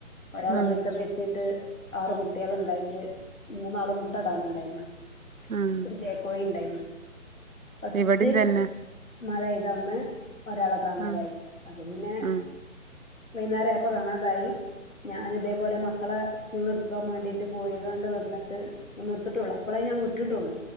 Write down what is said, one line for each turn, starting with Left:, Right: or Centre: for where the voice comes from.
Left: ഒരാളെ
Right: ഉം
Left: പൊര്ത്തവെച്ചിട്ട് ആറ് കുട്ട്യേള്ണ്ടായിട്ട് മൂന്നാള് മുട്ടടാൻ ഉണ്ടാര്ന്ന്
Right: ഉം
Left: ഒരു ചേക്കോഴി ഇണ്ടായ് ഫസ്റ്റ്
Right: ഇവിടിം തന്നെ
Left: മഴെയ്തന്ന് ഒരാളെ കാണാതായി
Right: ഉം
Left: അപ്പൊ പിന്നെ
Right: ഉം
Left: വൈന്നേരായപ്പം കാണാതായി ഞാനിതേപോലെ മക്കളെ സ്കൂൾന്ന്ട്ക്കാൻ മാണ്ടിട്ട് പോയികാണ്ട് വന്നിട്ട് ന്ന്ർത്ട്ടുള്ളു അപ്പളേ ഞാൻ വിട്ടിട്ടൊള്ളു